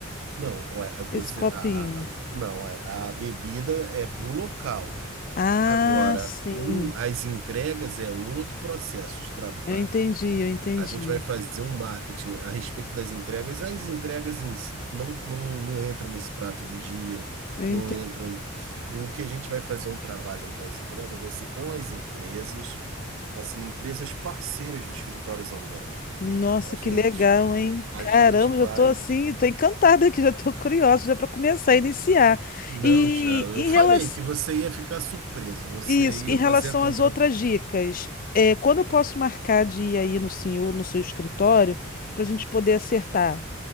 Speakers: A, on the right; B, on the left.
A: Não, é, você,
B: esse copinho?
A: a, a- não, é, a bebida é para o local.
B: Ah,
A: Agora,
B: sim.
A: o- as entregas é outro processo de trabalho.
B: Eu entendi, eu entendi.
A: A gente vai fazer um marketing a respeito das entregas. As entregas em si não, não, não entram nesse prato do dia,
B: Eu entendi.
A: não entram. O que a gente vai fazer um trabalho nas entregas vai ser com as empresas, assim, empresas parceiras do escritório Zambelli.
B: Nossa,
A: A gente,
B: que legal, hein?
A: a
B: Caramba,
A: gente vai.
B: já tô assim, tô encantada aqui, já tô curiosa, já para começar a iniciar.
A: Não,
B: E
A: já, eu
B: em
A: falei
B: relação,
A: que você ia ficar surpresa. Você
B: isso,
A: ia
B: em relação
A: fazer a contra.
B: às outras dicas, é, quando eu posso marcar de ir aí no senhor, no seu escritório, para a gente poder acertar?